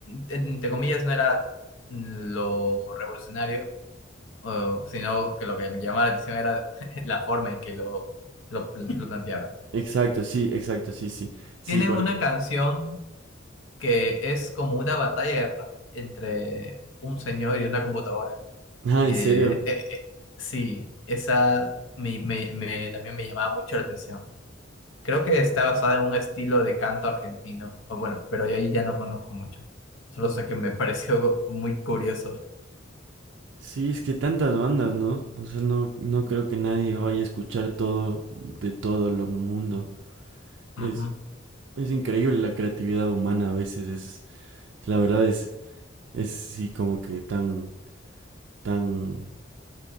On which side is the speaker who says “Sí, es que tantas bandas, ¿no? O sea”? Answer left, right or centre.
Right